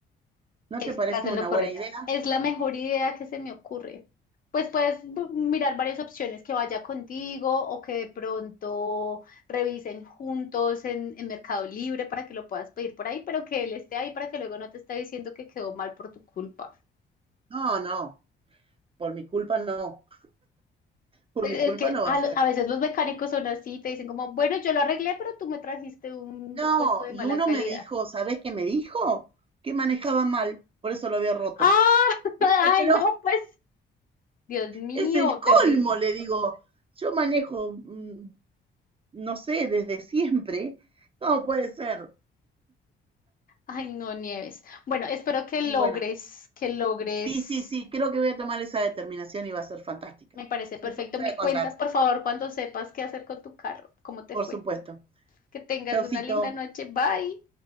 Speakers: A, on the right; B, on the left.
A: ¿No
B: estás
A: te parece
B: en
A: una
B: lo correcto.
A: buena idea?
B: Es la mejor idea que se me ocurre. Pues puedes bu- mirar varias opciones que vaya contigo o que de pronto revisen juntos en, en Mercado Libre para que lo puedas pedir por ahí, pero que él esté ahí para que luego no te esté diciendo que quedó mal por tu culpa.
A: No, no, por mi culpa no, por
B: Eh,
A: mi culpa
B: Es que
A: no va
B: a,
A: a ser.
B: a veces los mecánicos son así, te dicen como, bueno, yo lo arreglé, pero tú me trajiste un
A: No,
B: repuesto de
A: y
B: mala
A: uno
B: calidad.
A: me dijo, ¿sabés qué me dijo? Que manejaba mal, por eso lo había roto.
B: ¡Ah! <laughs>
A: Digo,
B: ¡Ay,
A: pero
B: no! Pues, Dios mío,
A: es el colmo,
B: terrible.
A: le digo. Yo manejo, mm, no sé, desde siempre. No puede ser.
B: Ay, no, Nieves. Bueno, espero que logres,
A: Y bueno,
B: que logres.
A: sí, sí, sí, creo que voy a tomar esa determinación y va a ser fantástica.
B: Me parece perfecto.
A: Después te voy
B: Me
A: a contar,
B: cuentas, por favor, cuando sepas qué hacer con tu carro, cómo te
A: por
B: fue.
A: supuesto.
B: Que tengas
A: Chaucito.
B: una linda noche. Bye.